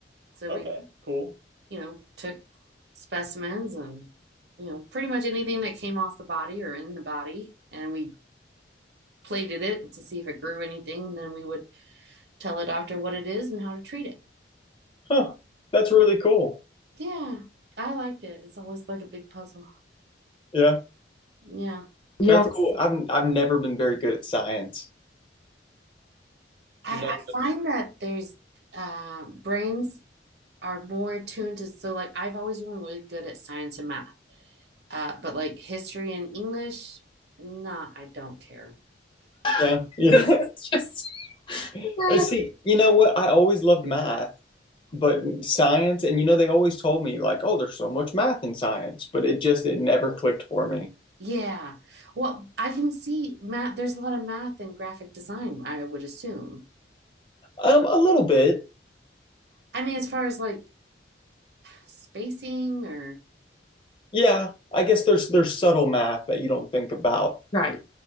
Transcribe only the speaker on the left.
Huh. That's really cool.
Yeah.
Yeah. That's cool. I've I've never been very good at science.
Yeah. Yeah. <laughs> It's just <laughs> See, you know what? I always loved math, but science, and you know, they always told me like, oh, there's so much math in science, but it just it never clicked for me.
Um, a little bit.
Yeah. I guess there's there's subtle math that you don't think about. right.